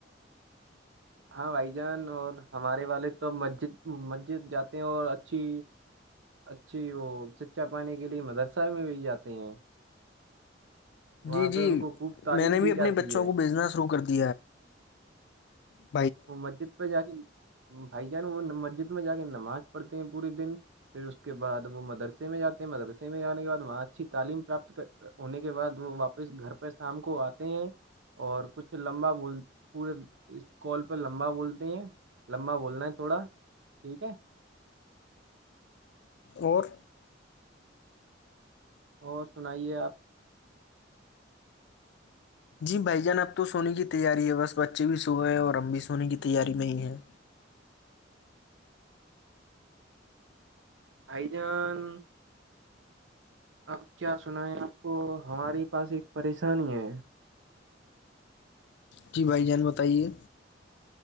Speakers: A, on the right (about 75°); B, on the left (about 60°).
A: ہاں بھائی جان اور ہمارے والے تو مسجد مسجد جاتے ہیں اور اچھی اچھی وہ سچا پانے کے لیے مدرسہ میں بھی جاتے ہیں وہاں
B: جی جی
A: پہ ان کو خوب تعلیم
B: میں نے
A: دی
B: بھی اپنے
A: جاتی
B: بچوں
A: ہے
B: کو بزنس شروع کر د <inaudible>
A: وہ مسجد پہ جا کے بھائی جان وہ مسجد میں جا کے نماز پڑھتے ہیں پورے دن پھر اس کے بعد وہ مدرسے میں جاتے ہیں مدرسے میں جانے کے بعد وہاں اچھی تعلیم پراپت ہونے کے بعد وہ واپس گھر پہ شام کو آ ہیں اور کچھ لمبا بول پورے کال پہ لمبا بولتے ہیں لمبا بولنا ہے تھوڑا ٹھیک ہے
B: اور
A: اور سنائیے آپ <unintelligible>
B: جی بھائی جان اب تو سونے کی تیاری ہے بس بچے بھی سو گئے اور ہم بھی سونے کی تیاری میں ہیں
A: حائیجان اب کیا سنیں آپ کو ہمارے پاس ایک پریشانی ہے
B: جی بھائی جان بتائیے